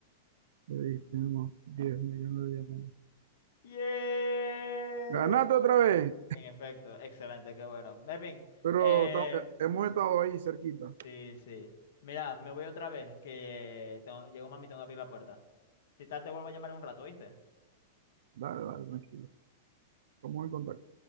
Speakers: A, on the right (about 65°); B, on the left (about 60°).
A: Le diste unos 10 millones de diamantes.
B: ¡Yeah!
A: Ganate otra vez,
B: En efecto, excelente, qué bueno. Mervin,
A: pero
B: eh,
A: eh, hemos estado ahí cerquita.
B: sí, sí. Mira, me voy otra vez, que eh, tengo- llegó mami, tengo que abrir la puerta. Si tal, te vuelvo a llamar en un rato, ¿viste?
A: Dale, dale, tranquilo. Estamos en contacto.